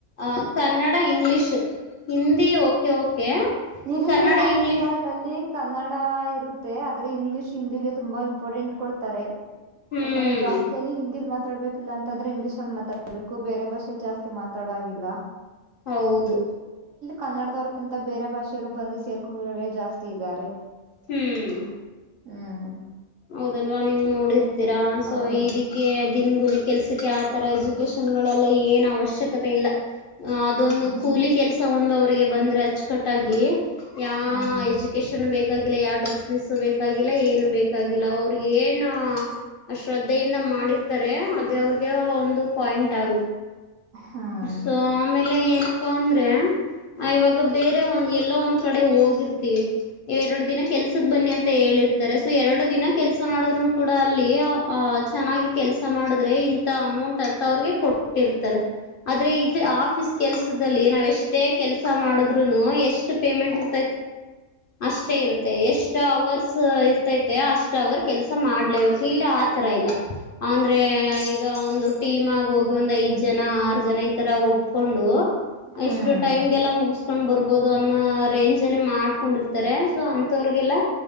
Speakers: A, on the left; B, on the right.
A: ಆ Kannada English Hindi okay okay
B: ಇಲ್ಲಿ
A: ಕನ್ನಡ
B: ಆಫೀಸ್
A: ಇಂಗ್ಲಿಷ್
B: ಲ್ಲಲ್ಲಿ ಇಲ್ಲಿ ಕನ್ನಡ ಇರುತ್ತೆ ಆದ್ರೆ ಇಂಗ್ಲಿಷ್ ಹಿಂದಿಗೆ ತುಂಬಾ ಇಂಪಾರ್ಟೆಂಟ್ ಕೊಡ್ತಾರೆ
A: ಹ್ಮ್
B: ಯಾಕಂದ್ರೆ ಜಾಸ್ತಿ ಅಲ್ಲಿ ಹಿಂದಿಲ್ ಮಾತಾಡ್ಬೇಕು ಇಲ್ಲಾಂತಂದ್ರೆ ಇಂಗ್ಲಿಷ್ ಅಲ್ಲಿ ಮಾತಾಡ್ಬೇಕು ಬೇರೆ ಭಾಷೆ ಜಾಸ್ತಿ ಮಾತಾಡಾಗಿಲ್ಲ
A: ಹೌದು
B: ಕನ್ನಡದವ್ರಗಿಂತ ಬೇರೆ ಭಾಷೆಯವರು ಬಂದು ಸೇರ್ಕೊಂಡಿರೇ ಜಾಸ್ತಿ ಇದ್ದಾರೆ
A: ಹ್ಮ್
B: ಹ್ಮ್
A: ಹೌದಲ್ವಾ ನೀವು ನೋಡಿರ್ತ ರ ಸೊ
B: ಹೌದು
A: ಇದಕ್ಕೆ ದಿನಗೂಲಿ ಕೆಲ್ಸಕ್ಕೆ ಆತರ ಎಜುಕೇಶನ್ ಗಳಲ್ಲಾ ಏನ್ ಅವಶ್ಯಕತೆ ಇ ಅ
B: ಹ್ಮ್
A: ಕೂಲಿ ಕೆಲಸ ಬಂದ್ರೆ ಅಚ್ಚುಕಟ್ಟಾಗಿ ಯಾ
B: ಹ್ಮ್
A: ಎಜುಕಷನ್ ಬೇಕ ಬಾಗಿಲ್ಲ ಯಾವ ಡ್ರೆಸ್ನಿಸ್ು ಬೇಕಾಗಿಲ್ಲ ಏನು ಬೇಕು ಗೊಲ್ಲ ಅವ್ರಿಗೆ ಏನ್ ಶ್ರದ್ಧೆಯಿಂದ ಮಾಡಿರ್ತಾರೆ ಅದೇ ಅವ್ರಿಗೆ ಒಂದು ಪಾಯ
B: ಹ್ಮ್
A: ಂ ಆಮೇ ಪ್ಪ ಅಂದ್ರೆ ಇವಾಗ ಬೇರೆ ಒಂದ್ ಎಲ್ಲೋ ಒಂದ್ ಕಡೆ ಹೋಗಿರ್ತೀವಿ ಎರಡು ದಿನ ಕೆಲ್ಸಕ್ಕೆ ಬನ್ನಿ ಅಂತ ಹೇಳಿರ್ತಾರೆ ಸೊ ಎರಡು ದಿನ ಕೆಲ್ಸ ಮಾಡಿದ್ೂ ಕೂಡ ಅಲ್ಲಿ ಅಹ್ ಚೆನ್ನಾಗಿ ಕೆಲ್ಸ ಮಾಡಿದ್ರೆ ಇಂಥ ಅಮೌಂಟ್ ಅಂತ ಅವ್ರಿಗೆ ಕೊಟ್ಟಿರ್ತಾರೆ ಆದ್ರೆ ಇಲ್ಲಿ ಆಫೀಸ್ ಕೆಲ್ಸದಲ್ಲಿ ನಾವ್ ಎಷ್ಟೇ ಕೆಲ್ಸ ಮಾಡದ್ರುನು ಎಷ್ಟು ಪೇಮೆಂಟ್ ಇರ್ತ ಅಷ್ಟೇ ಇರುತ್ತೆ ಎಷ್ಟ್ ಅವರ್ಸ್ ಇರ್ತೈ ಅಷ್ಟ ಅವರು ಕೆಲ್ಸ ಮಾಡ್ಲೇಬೇಕು ಇಲ್ಲ ಆತರ ಇಲ್ಲ ಅಂದ್ರೆ ಈಗ ಒಂದು ಟೀಮ ಆಗ ಹೋಗಿ ಒಂದ್ ಐದ್ ಜನ ಆರು ಜನ ಈ ತರ ಒಪ್ಕೊಂಡು
B: ಹ್ಮ್
A: ಎಷ್ಟು ಟೈಮ್ಗೆಲ್ಲ ಮುಗಸ್ಕೊಂಡ್ ಬರ್ಬೋದು ಅನ್ನೋ ರೇಂಜ್ ಅಲ್ಲಿ ಮಾಡ್ಕೊಂಡಿರ್ತಾರೆ ಸೊ ಅಂತವ್ರಿಗೆ ಲ್ಲ